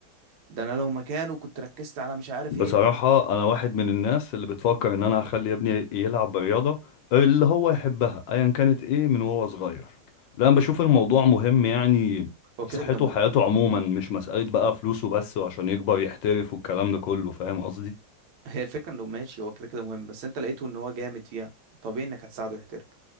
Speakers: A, on the right; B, on the left.
A: ده انا لو مكانه كنت ركزت على مش عارف
B: بصراحة
A: ايه
B: أنا واحد من الناس اللي بتفكر إن أنا أخلي ابني يلعب برياضة اللي هو يحبها أيا كانت إيه من وهو صغير لأن بشوف الموضوع مهم يعني
A: هو كده
B: لصحته
A: كده مهم
B: وحياته عموما مش مسألة بقى فلوسه بس وعشان يكبر يحترف والكلام ده كله فاهم قصدي؟
A: <laughs> هي الفكره انه ماشي هو كده كده مهم بس انت لقيته ان هو جامد فيها طبيعي انك هتساعده يحترف